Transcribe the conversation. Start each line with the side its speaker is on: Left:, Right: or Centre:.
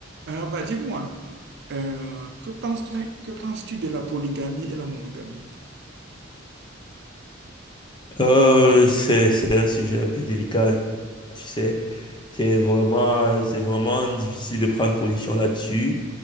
Right: Ah bah dis-moi, euh, que penses-tu, que penses-tu de la polygamie et la monogamie?
Left: Euh, c'est, c'est un sujet un peu délicat, tu sais. C'est vraiment, c'est vraiment difficile de prendre position là-dessus,